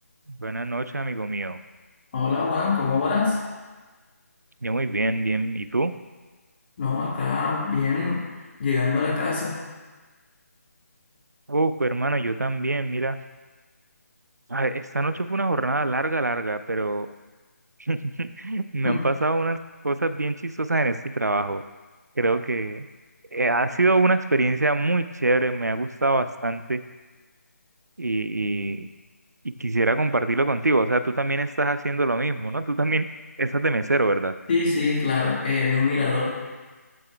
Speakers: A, on the right; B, on the left.
A: Buenas noches, amigo mío.
B: Hola Juan, ¿cómo vas?
A: Yo muy bien, bien. ¿Y tú?
B: No, acá bien, llegando a la casa.
A: Uf, hermano, yo también, mira. a ver, esta noche fue una jornada larga, larga, pero <laughs> me
B: <laughs>
A: han pasado unas cosas bien chistosas en este trabajo. Creo que eh, ha sido una experiencia muy chévere, me ha gustado bastante y, y, y quisiera compartirlo contigo. O sea, tú también estás haciendo lo mismo, ¿no? Tú también estás de mesero, ¿verdad?
B: Sí, sí, claro, en un mirador.